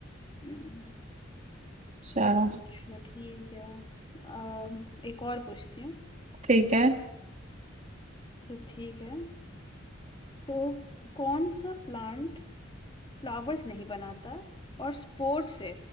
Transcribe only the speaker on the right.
चलो
ठीक है